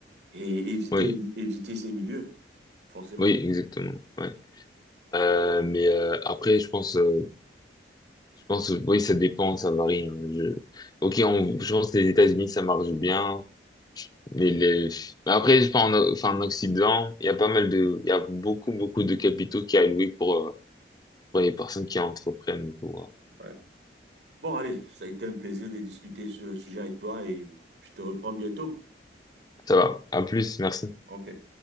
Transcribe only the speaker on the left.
oui,
oui, exactement. Ouais. Euh, mais euh, après, je pense, euh, je pense, oui, ça dépend, ça varie. hein. Je... Ok, on, je pense que les États-Unis, ça marche bien. Les, les... mais Après, je pense, en, O- enfin, en Occident, il y a pas mal de, il y a beaucoup, beaucoup de capitaux qui est alloué pour, euh, pour les personnes qui entreprennent. du coup, ouais.
Ça va. À plus, merci.